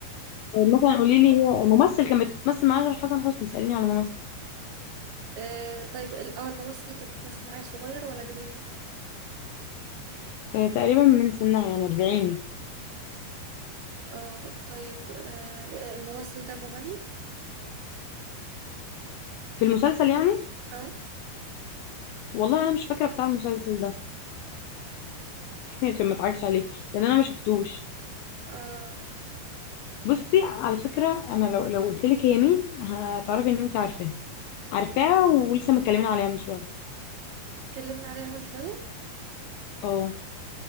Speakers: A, on the left (about 80°); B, on the right (about 85°).
A: مثلا قولي لي هو ممثل كان بتمثل معاه غير حسن حسني سأليني على ممثل
B: أه، طيب ال- اه الممثل اللي كانت بتمثل معايا صغير ولا كبير
A: آه، تقريبا من سنها يعني 40
B: اه طيب آه الممثل ده مغني
A: في المسلسل يعني
B: اه
A: والله انا مش فاكره بتاع المسلسل ده <laughs> عشان ما اضحكش عليك لان انا ما شفتوش
B: اه
A: بصي على فكره انا لو لو قلت لك هي مين هتعرفي ان انت عارفاه عارفاها ولسه متكلمين عليها من شويه
B: اتكلمنا عليها من شوية
A: اه